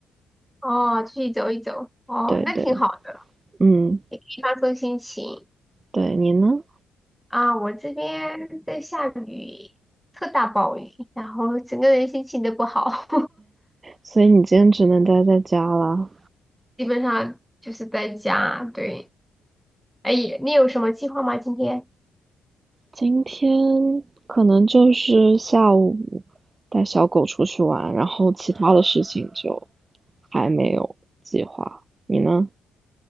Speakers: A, in the centre; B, on the right.
A: 哦，出去走一走，哦，
B: 对对，
A: 那挺好的，
B: 嗯，
A: 也可以放松心情
B: 对，你呢？
A: 啊。我这边在下雨，特大暴雨，<laughs> 然后整个人心情都不好，
B: 所以你今天只能待在家啦。
A: <laughs> 基本上就是在家。对，哎，你有什么计划吗？今天？
B: 今天可能就是下午带小狗出去玩，然后其他的事情就还没有计划。你呢？